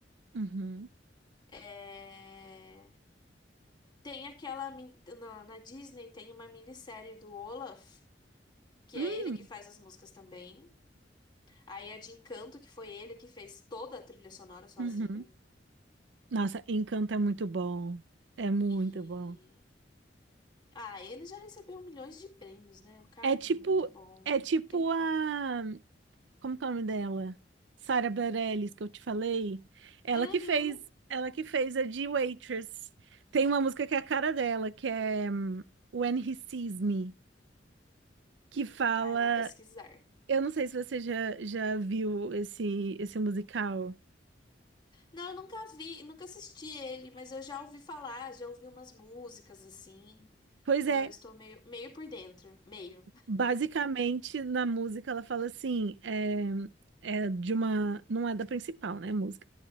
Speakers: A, on the right; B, on the left.
A: uhum,
B: É, Tem aquela. min- Na, na Disney tem uma minissérie do Olaf, que
A: hum,
B: é ele que faz as músicas também. Aí a de Encanto, que foi ele que fez toda a trilha sonora sozinho.
A: uhum. Nossa, Encanto é muito bom. É muito
B: E.
A: bom.
B: Ah, ele já recebeu milhões de prêmios, né? O cara
A: É
B: é
A: tipo,
B: muito bom,
A: é
B: não
A: tipo
B: tem como.
A: a, como que é o nome dela? Sarah Bareilles, que eu te falei. Ela
B: Uhum.
A: que fez, ela que fez a de Waitress. Tem uma música que é a cara dela, que é hum, When He Sees Me, que fala,
B: Ah, eu vou pesquisar.
A: eu não sei se você já, já viu esse esse musical.
B: Não, eu nunca vi, nunca assisti ele, mas eu já ouvi falar, já ouvi umas músicas assim.
A: Pois
B: Então
A: é,
B: eu estou meio, meio por dentro, meio.
A: Basicamente, na música, ela fala assim: é, é de uma. Não é da principal, né? Música.